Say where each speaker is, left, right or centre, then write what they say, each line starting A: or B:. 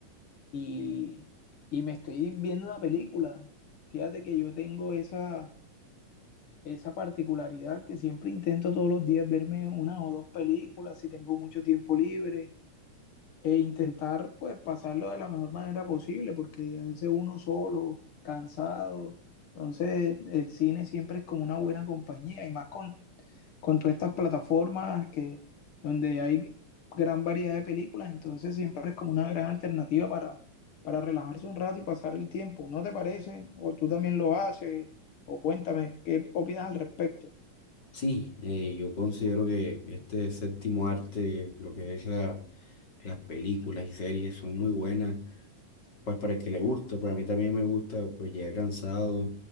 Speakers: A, on the left; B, on the left.
A: y, y me estoy viendo una película. Fíjate que yo tengo esa, esa particularidad que siempre intento todos los días verme una o dos películas si tengo mucho tiempo libre e intentar pues pasarlo de la mejor manera posible porque a veces uno solo, cansado. Entonces, el cine siempre es como una buena compañía y más con con todas estas plataformas que, donde hay gran variedad de películas, entonces siempre es como una gran alternativa para, para relajarse un rato y pasar el tiempo. ¿No te parece? ¿O tú también lo haces? O cuéntame, ¿qué opinas al respecto?
B: Sí, eh, yo considero que este séptimo arte, lo que es la- las películas y series, son muy buenas, pues para el que le gusta, para mí también me gusta, pues llegar cansado,